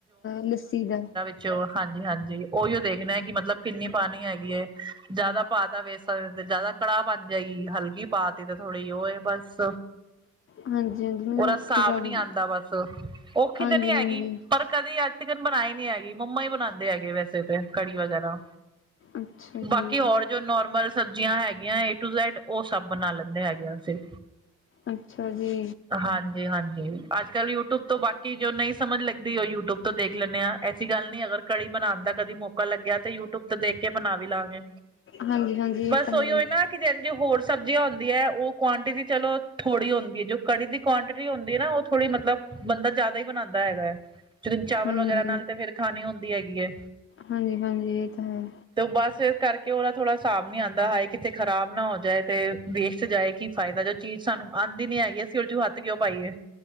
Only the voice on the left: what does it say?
ਲੱਸੀ ਦਾ।
ਹਾਂਜੀ ਹਾਂਜੀ ਮੈਨੂੰ
ਔਖੀ
ਲੱਗਦੀ
ਹਾਂਜੀ
ਹਾਂਜੀ
ਅੱਛਾ ਜੀ
ਅੱਛਾ ਜੀ।
ਹਾਂਜੀ ਹਾਂਜੀ
ਇਹ ਤਾਂ ਹੈ
ਹੀ।
ਹਾਂਜੀ
ਹਾਂਜੀ ਹਾਂਜੀ ਇਹ ਤਾਂ ਹੈ